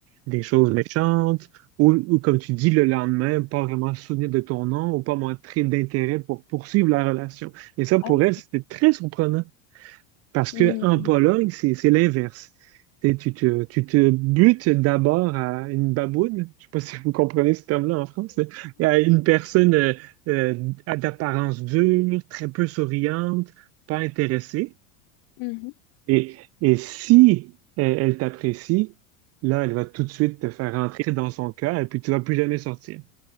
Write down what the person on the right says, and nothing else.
des choses méchantes ou, ou comme tu dis, le lendemain, pas vraiment se souvenir de ton nom ou pas montrer d'intérêt pour poursuivre la relation. Et ça, pour
elle, c'était très surprenant parce
que en Pologne, c'est, c'est l'inverse. C'est- Tu te, tu te butes d'abord à une baboune, je sais pas si vous comprenez ce terme-là en France, mais à une personne euh, euh, à- d'apparence dure, très peu souriante, pas intéressée.
Et, et si elle elle t'apprécie, là, elle va tout de suite te faire rentrer dans son cœur et puis tu vas plus jamais sortir.